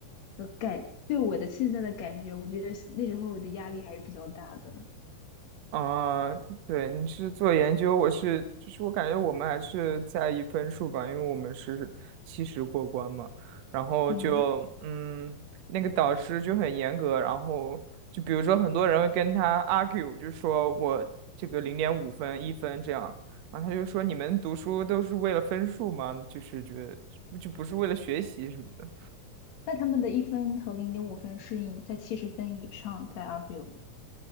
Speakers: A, on the left; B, on the right.
A: 的感，对我的现在的感觉，我觉得那时候的压力还是比较大的。
B: 啊、对，你是做研究，我是，就是我感觉我们还是在意分数吧，因为我们是七十过关嘛，然后就，
A: 嗯，
B: 嗯，那个导师就很严格，然后就比如说很多人会跟他 argue，就说我这个零点五分、一分这样，然后他就说你们读书都是为了分数吗？就是觉得就不是为了学习什么的，
A: 那他们的一分和零点五分是以在七十分以上在 argue。